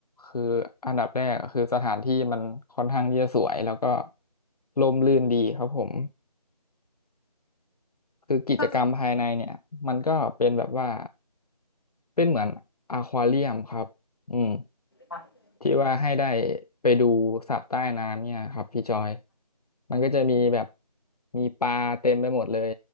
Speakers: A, on the left; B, on the left.
A: คืออันดับแรกอะคือสถานที่มันค่อนข้างที่จะสวยแล้วก็ร่มรื่นดีครับผม คือกิจกรรมภายในเนี่ยมันก็เป็นแบบว่า
B: เพิ่ง
A: เป็นเหมือนอควาเรียมครับอืม
B: ตัด
A: ที่ว่าให้ได้ไปดูสัตว์ใต้น้ำเนี่ยครับพี่จอยมันก็จะมีแบบมีปลาเต็มไปหมดเลย